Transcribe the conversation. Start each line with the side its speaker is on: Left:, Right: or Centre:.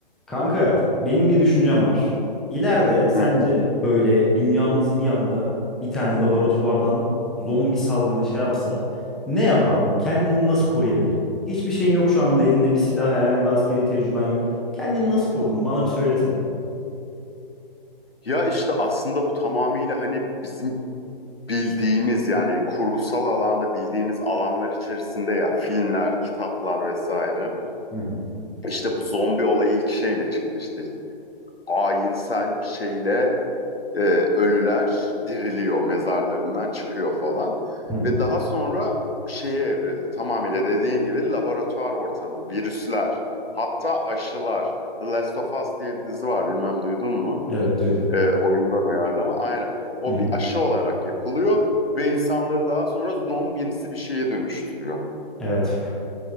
Centre: Kanka, benim bir düşüncem var. İleride sence
Left: Hı.
Centre: böyle dünyamızı bir anda bir tane laboratuvardan zombi salgını şey yapsa ne yapardın? Kendini nasıl koruyabilirdin? Hiçbir şeyin yok şu anda elinde bir silah, herhangi bir askeri tecrüben yok. Kendini nasıl korudun? Bana bir söylesene.
Left: Ya işte aslında bu tamamıyla hani bizim bildiğimiz yani kurgusal alanda bildiğimiz alanlar içerisinde ya filmler, kitaplar vesaire.
Centre: Hı hı,
Left: İşte bu zombi olayı ilk şeyle çıktı işte ayinsel bir şeyle e, ölüler diriliyor mezarlarından çıkıyor falan.
Centre: hı hı,
Left: Ve daha sonra şeye evrildi tamamıyla dediğin gibi laboratuvar ortamı, virüsler hatta aşılar. The Last of Us diye bir dizi var bilmem duydun mu?
Centre: Evet duydum.
Left: E, oyundan uyarlama aynen. O
Centre: hı hı,
Left: bir aşı olarak yapılıyor ve insanları daha sonra zombimsi bir şeye dönüştürüyor.
Centre: Evet.